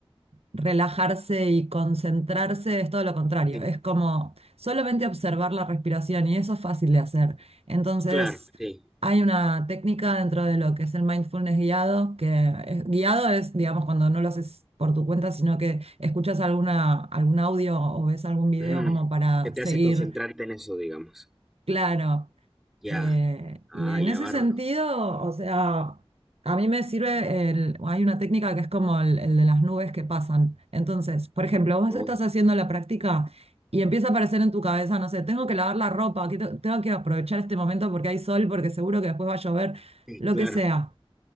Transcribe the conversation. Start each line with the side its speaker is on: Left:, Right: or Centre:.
Right: relajarse y concentrarse es todo lo contrario.
Centre: sí,
Right: Es como solamente observar la respiración y eso es fácil de hacer. Entonces,
Centre: claro, sí.
Right: hay una técnica dentro de lo que es el mindfulness guiado, que es- guiado es, digamos, cuando no lo haces por tu cuenta, sino que escuchas alguna, algún audio o ves algún video
Centre: Ujú.
Right: como para
Centre: Que te
Right: seguir.
Centre: hace concentrarte en eso, digamos.
Right: Claro,
Centre: Ya.
Right: eh,
Centre: Ah,
Right: y en
Centre: ya,
Right: ese
Centre: bárbaro.
Right: sentido, o sea, a mí me sirve, el- hay una técnica que es como el, el de las nubes que pasan. Entonces, por ejemplo, vos
Centre: Oh,
Right: estás haciendo la práctica y empieza a aparecer en tu cabeza, no sé, tengo que lavar la ropa, que te- tengo que aprovechar este momento porque hay sol, porque seguro que después va a llover,
Centre: sí,
Right: lo
Centre: claro.
Right: que sea.